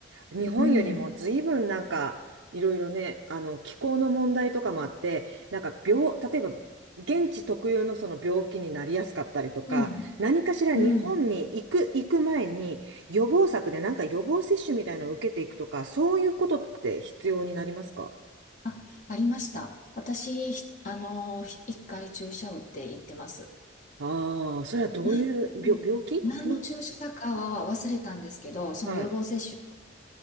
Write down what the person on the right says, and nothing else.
日本よりも随分なんかいろいろね、
あの気候の問題とかもあって、なんか病、例えば現地特有のその病気になりやすかったりとか、
何かしら日本に行く、
行く前に予防策でなんか予防接種みたいなのを受けていくとか、そういうことって必要になりますか
ああー、それはどういう病、
病気の
はい。